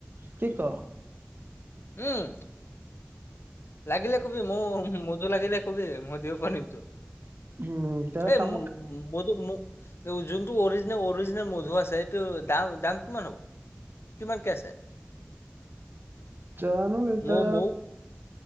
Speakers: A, on the right; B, on the left.
A: কি ক
B: উম লাগিলে কবি মৌ মধু লাগিলে কবি মই দিব পাৰিমটো
A: উম তে
B: এই
A: কামত
B: উম মধু মৌ যোনটো অৰিজিনেল অৰিজিনেল মধু আছে এইটো দাম দাম কিমান হ'ব? কিমানকে আছে?
A: জানো ইতা
B: মৌ মৌ